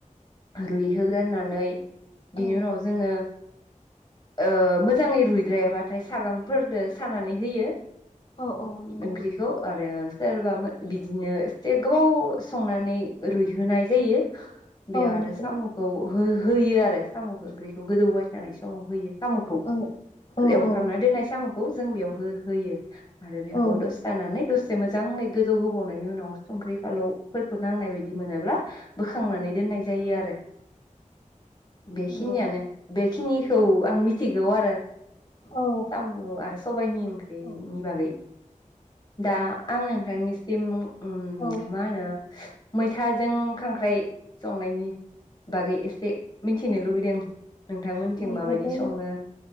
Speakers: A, on the left; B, on the left.
A: रुइहोग्रोनानै
B: औ
A: बिनि उनाव जोङो ओ मोजाङै रुइ रेबाथाय सागंफोरदो सानानै होयो।
B: औ नंगौ
A: ओंख्रिखौ आरो सोरबा बिदिनो एसे गोबाव संनानै रुइहोनाय जायो। बेयाव
B: औ
A: आरो
B: नंगौ
A: सामुखौ हो-होयो आरो साम'ओंख्रिखौ गोदौबाय थानाय समाव होयो। साम'खौ
B: औ औ नंगौ
A: एवफ्रामना
B: औ
A: दोननाय साम' खौ जों बेयाव हो-होयो। आरो बेखौ
B: औ
A: दसे थानानै दसे जे मोजाङै गोजौ होबावनायनि उनाव संख्रि फालौफोरखौ नांनाय बायदि मोनाब्ला बोखांनानै दोननाय जायो आरो बेखिनियानो
B: नंगौ
A: बे खिनिखौ आं मिथिगौ आरो।
B: औ
A: साम' आरो सबायनि ओंख्रिनि
B: औ
A: बागै दा आं नोंथांनि सिम उ
B: औ
A: मा होनो। मैथाजों खांख्राइ संनायनि बागै एसे मिथिनो लुगैदों नोंथांमोनथिं
B: मैथाजों
A: माबायदि सङो